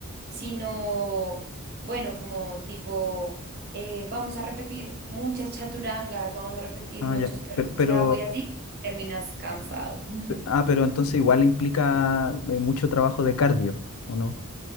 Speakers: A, on the right; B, on the left.
A: sino, bueno, como tipo, eh, vamos a repetir muchas chaturangas, vamos a repetir
B: Ah,
A: muchos
B: ya,
A: perros
B: pero,
A: hacia
B: pero,
A: abajo y así terminas cansado. <laughs>
B: pe- ah, pero entonces igual implica eh, mucho trabajo de cardio, ¿o no?